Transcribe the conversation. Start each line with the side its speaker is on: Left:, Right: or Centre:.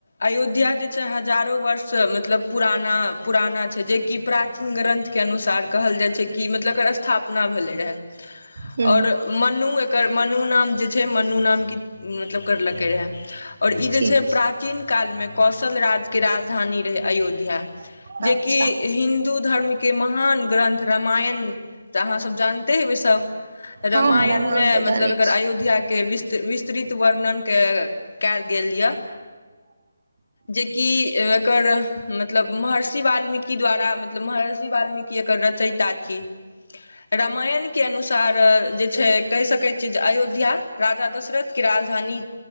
Left: अयोध्या जे छै हजारो वर्ष मतलब पुराना पुराना छै, जे कि प्राचीन ग्रन्थ के अनुसार कहल जाय छै कि मतलब एकर स्थापना भेलै रहै।
Right: हूँ
Left: और मन्नु एकर मन्नु नाम जे छै मन्नू नाम की मतलब करलकै रहए और ई
Right: ठीक
Left: जे छै प्राचीन काल मे कौशल राज्य के राजधानी रहै अयोध्या
Right: छै
Left: जे
Right: अच्छा
Left: कि हिन्दू धर्म के महान ग्रन्थ रामायण तऽ अहाँ सब जानते हेबै सब रामायण
Right: हँ हँ
Left: मे
Right: तऽ
Left: मतलब
Right: जानै
Left: एकर
Right: छी
Left: अयोध्या के विस्त विस्तृत वर्णन के कयल गेल य, जे कि एकर मतलब महर्षि वाल्मीकि द्वारा मतलब महर्षि वाल्मीकि एकर रचयिता छियै। रामायण के अनुसार जे छै कहि सकै छियै जे अयोध्या राजा दशरथ के राजधानी